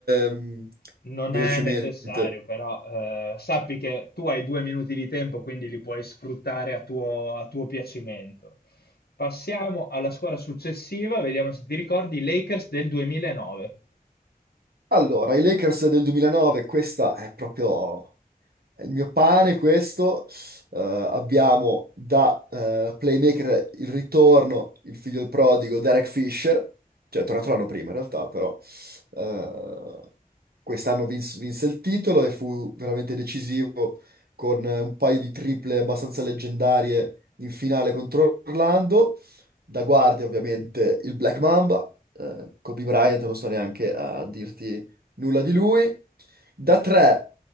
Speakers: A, on the right; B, on the left.
A: ehm,
B: non
A: velocemente.
B: è necessario, però eh, sappi che tu hai due minuti di tempo, quindi li puoi sfruttare a tuo, a tuo piacimento. Passiamo alla squadra successiva, vediamo se ti ricordi, i Lakers del 2009.
A: Allora, i Lakers del 2009, questa è proprio Il mio pane, questo, eh, abbiamo da eh, playmaker il ritorno, il figlio del prodigo, Derek Fisher, cioè è tornato l'anno prima in realtà, però eh, quest'anno vinse, vinse il titolo e fu veramente decisivo con eh, un paio di triple abbastanza leggendarie in finale contro Orlando. Da guardia ovviamente il Black Mamba, eh, Kobe Bryant non sto neanche a dirti nulla di lui. Da tre,